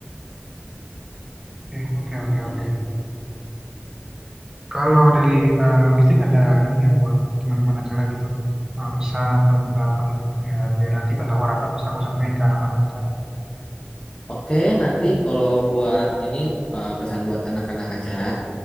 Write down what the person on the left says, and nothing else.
Oke, nanti kalau buat ini eh, pesan buat anak-anak acara